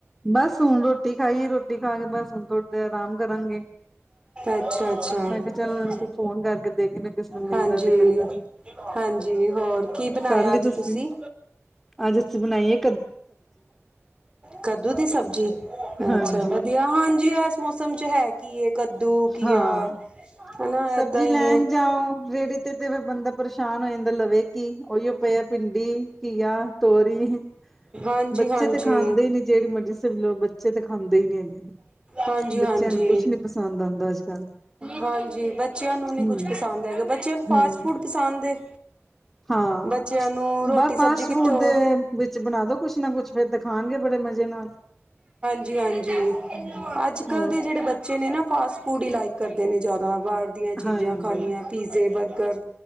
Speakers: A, in the centre; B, on the right (about 20°).
A: ਬਸ ਹੁਣ ਰੋਟੀ ਖਾਈ ਏ ਰੋਟੀ ਖਾ ਕੇ ਬਸ ਹੁਣ ਥੋੜ੍ਹੀ ਦੇਰ ਆਰਾਮ ਕਰਾਂਗੇ।
B: ਅੱਛਾ-ਅੱਛਾ।
A: ਮੈਂ ਕਿਹਾ ਚੱਲ ਫੋਨ ਕਰਕੇ ਦੇਖਦੇ ਕਿਸੇ ਨੂੰ ਮਿਲਦਾ
B: ਹਾਂਜੀ,
A: ਤੇ ਕਰੀਏ।
B: ਹਾਂਜੀ ਹੋਰ ਕੀ ਬਣਾਇਆ
A: ਕਰ ਲਈ
B: ਅੱਜ
A: ਤੁਸੀਂ
B: ਤੁਸੀ?
A: ਅੱਜ ਅਸੀ ਬਣਾਈ ਏ
B: ਕੱਦੂ ਦੀ ਸਬਜ਼ੀ
A: ਹਾਂਜੀ
B: ਅੱਛਾ ਵਧੀਆ ਹਾਂਜੀ। ਮੌਸਮ ਚ ਹੈ ਕੀ ਏ? ਕੱਦੂ ਘੀਆ
A: ਹਾਂ
B: ਹਨਾ
A: ਸਬਜ਼ੀ
B: ਏਦਾਂ ਹੀ
A: ਲੈਣ
B: ਏ।
A: ਜਾਓ ਰੇਹੜੀ ਤੇ ਫ ਬੰਦਾ ਪਰੇਸ਼ਾਨ ਹੋ ਜਾਂਦਾ ਲਵੇ ਕਿ ਉਹੀਓ ਪਿਆ ਭਿੰਡੀ, ਘੀਆ, ਤੋਰੀ।
B: ਹਾਂਜੀ
A: ਬੱਚੇ
B: ਹਾਂਜੀ
A: ਤੇ ਖਾਂਦੇ ਹੀ ਨੀ ਜਿਹੜੀ ਮਰਜ਼ੀ ਸਬਜੀ ਲੳ ਬੱਚੇ ਤਾਂ ਖਾਂਦੇ ਹੀ ਨੀ।
B: ਹਾਂਜੀ
A: ਬੱਚਿਆਂ
B: ਹਾਂਜੀ
A: ਨੂੰ ਕੁਛ ਨੀ ਪਸੰਦ ਆਂਦਾ ਅੱਜ ਕੱਲ।
B: ਹਾਂਜੀ, ਬੱਚਿਆਂ ਨੂੰ ਨਹੀਂ
A: ਹਮ
B: ਕੁਛ ਪਸੰਦ ਹੈਗਾ ਬੱਚਿਆਂ ਨੂੰ ਫਾਸਟ
A: ਹਮ
B: ਫੂਡ ਪਸੰਦ ਏ।
A: ਹਾਂ
B: ਬੱਚਿਆਂ ਨੂੰ ਰੋਟੀ
A: ਬਸ
B: ਸਬਜ਼ੀ
A: ਫਾਸਟ
B: ਕਿੱਥੋਂ?
A: ਫੂਡ ਦੇ ਵਿੱਚ ਬਣਾ ਦੋ ਕੁਛ ਨਾ ਕੁੱਛ ਫੇਰ ਤੇ ਖਾਣਗੇ ਬੜੇ ਮਜ਼ੇ ਨਾਲ।
B: ਜੀ ਹਾਂਜੀ,
A: ਹੂੰ
B: ਅੱਜ ਕੱਲ੍ਹ
A: ਹੋਰ
B: ਦੇ ਜਿਹੜੇ ਬੱਚੇ ਨੇ ਨਾ ਫਾਸਟ ਫੂਡ ਹੀ ਲਾਈਕ ਕਰਦੇ ਨੇ ਜ਼ਿਆਦਾ ਵ ਦੀਆਂ ਚੀਜ਼ਾਂ
A: ਹਾਂਜੀ
B: ਖਾਣੀਆਂ ਪੀਜ਼ੇ, ਬਰਗਰ